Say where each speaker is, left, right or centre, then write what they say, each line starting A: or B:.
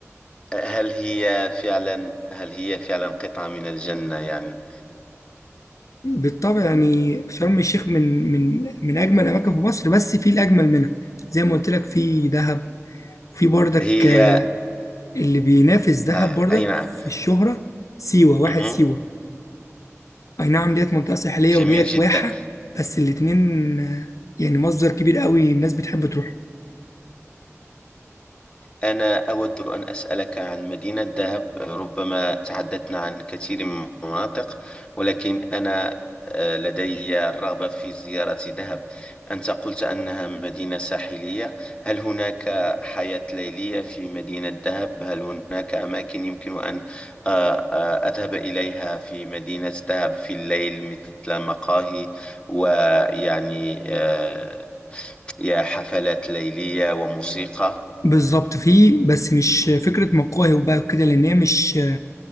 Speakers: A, on the left (about 20°); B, on the left (about 90°).
A: هل هي فعلا هل هي فعلا قطعة من الجنة يعني
B: بالطبع يعني شرم الشيخ من من من أجمل الأماكن في مصر بس في الأجمل منها زي ما قلت لك في دهب في بردك
A: هي
B: آه، اللي بينافس دهب
A: آه
B: بردك
A: أي نعم
B: في الشهرة سيوة واحد
A: مهم.
B: سيوة اي نعم ديت منطقة ساحلية
A: جميل
B: وديت
A: جدا
B: واحة بس الاتنين آه، يعني مصدر كبير قوي الناس بتحب تروح
A: أنا أود أن أسألك عن مدينة دهب ربما تحدثنا عن كثير من المناطق ولكن أنا آه، لدي الرغبة في زيارة دهب أنت قلت أنها مدينة ساحلية هل هناك حياة ليلية في مدينة دهب هل هناك أماكن يمكن أن آه، آه، أذهب إليها في مدينة دهب في الليل مثل مقاهي ويعني آه، يا حفلات ليلية وموسيقى
B: بالظبط فيه بس مش فكرة مقاهي وبقى كده لأن هي مش